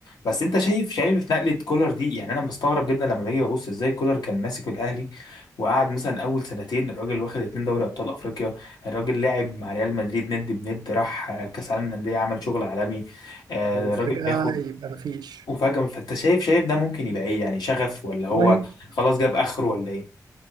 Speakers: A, on the left; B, on the right.
A: بس انت شايف شايف نقله كولر دي يعني انا بستغرب جدا لما باجي ببص ازاي كولر كان ماسك الاهلي وقعد مثلا اول سنتين الراجل واخد اتنين دوري ابطال افريقيا الراجل لعب مع ريال مدريد ند بند راح آه، كاس عالم للانديه عمل شغل عالمي آه،
B: وفجاه
A: الراجل بياخد
B: يبقى مفيش
A: وفجأة فانت شايف شايف ده ممكن يبقى ايه يعني شغف ولا هو
B: والله
A: خلاص جاب اخره ولا ايه